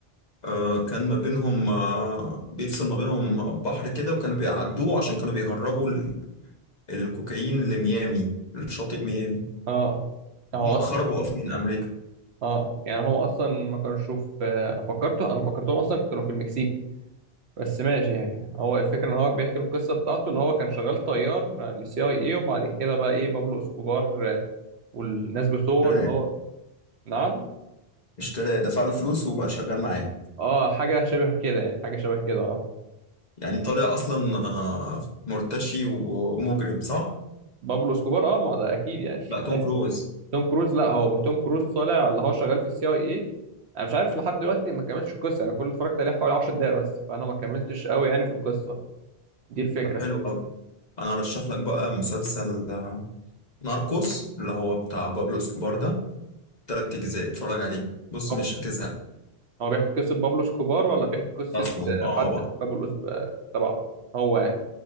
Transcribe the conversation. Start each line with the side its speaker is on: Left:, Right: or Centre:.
Left: آه، كان ما بينهم آه، بيفصل ما بينهم بحر كده وكانوا بيعدوه عشان كانوا بيهربوا ال- الكوكايين لميامي لشاطئ ميامي
Right: اه هو
Left: هم
Right: اصلا
Left: خربوا اصلا من امريكا
Right: اه يعني هو اصلا ما كانش شوف آه، فكرته انا فكرتهم اصلا كانوا في المكسيك بس ماشي يعني هو الفكره ان هو بيحكي القصه بتاعته اللي هو كان شغال طيار للسي اي اي وبعد كده بقى ايه بابلو اسكوبار آه، والناس بتوعه
Left: اشتراه
Right: اللي هو نعم
Left: اشتراه دفع له فلوس وبقى شغال معاه
Right: اه حاجه شبه كده يعني حاجه شبه كده اه
Left: يعني طالع اصلا آه، مرتشي و- ومجرم صح؟
Right: بابلو اسكوبار اه ما ده اكيد يعني
Left: لا توم
Right: <laughs>
Left: كروز
Right: توم كروز لا هو توم كروز طالع اللي هو شغال في السي اي اي انا مش عارف لحد دلوقتي ما كملتش القصه انا كل اللي اتفرجت عليه حوالي 10 دقايق بس فانا ما كملتش قوي يعني في القصه دي الفكره
Left: طب حلو قوي انا ارشح لك بقى مسلسل آه، ناركوس اللي هو بتاع بابلو اسكوبار ده تلات اجزاء اتفرج عليه بص
Right: طب
Left: مش هتزهق
Right: هو بيحكي قصه بابلو سكوبار ولا بيحكي قصه
Left: اصلا
Right: آه،
Left: اه
Right: حد
Left: بقى
Right: في قبل الأس- آه، تبع هو يعني